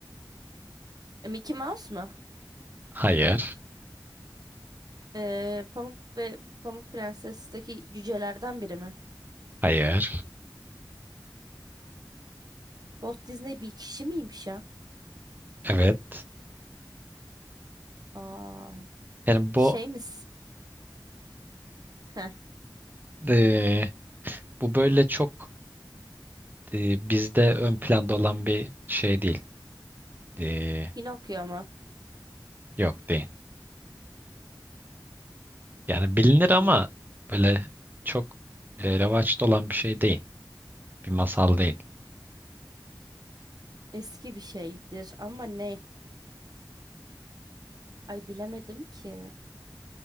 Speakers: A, on the right; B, on the right.
A: E, Mickey Mouse mu?
B: Hayır,
A: Ee, Pamuk ve Pamuk Prenses'teki cücelerden biri mi?
B: hayır,
A: Walt Disney bir kişi miymiş ya?
B: evet.
A: Aa,
B: Yani bu
A: şey misin? <laughs>
B: eee, bu böyle çok eee, bizde ön planda olan bir şey değil. Eee,
A: Pinokyo mu?
B: yok değil. Yani bilinir
A: Hmm,
B: ama böyle çok e, revaçta olan bir şey değil. Bir masal değil.
A: eski bir şeydir ama ne? Ay bilemedim ki.